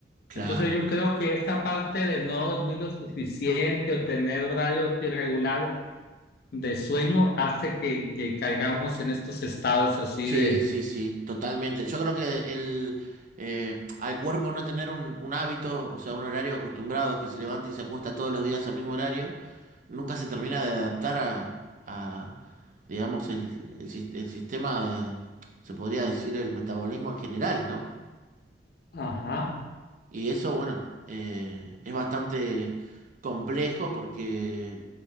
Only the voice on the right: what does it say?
claro.
Sí,
sí, sí, totalmente. Yo creo que el, eh, al cuerpo no tener un, un hábito, o sea, un horario acostumbrado que se levanta y se acuesta todos los días al mismo horario, nunca se termina de adaptar a, a, digamos, el, el sis- el sistema de, se podría decir, el metabolismo en general, ¿no?
Y eso, bueno, eh, es bastante complejo porque